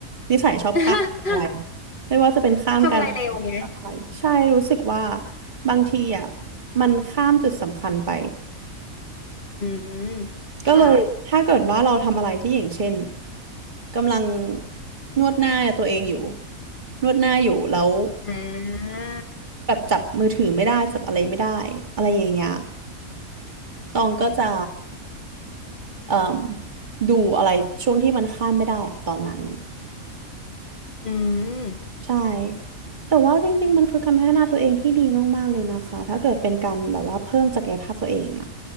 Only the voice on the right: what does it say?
นิสัยชอบข้ามอะไรนะไม่ว่าจะเป็นข้ามการ
อะไรใช่รู้สึกว่าบางทีอะมันข้ามจุดสำคัญไป
ก็เลยถ้าเกิดว่าเราทำอะไรที่อย่างเช่นกำลังนวดหน้าตัวเองอยู่นวดหน้าอยู่แล้ว
แบบจับมือถือไม่ได้จับอะไรไม่ได้อะไรอย่างเงี้ยตองก็จะเอ่มดูอะไรช่วงที่มันข้ามไม่ได้อะตอนนั้น
ใช่แต่ว่าจริงๆมันคือการพัฒนาตัวเองที่ดีมากๆเลยนะคะถ้าเกิดเป็นการแบบว่าเพิ่มศักยภาพตัวเองอะ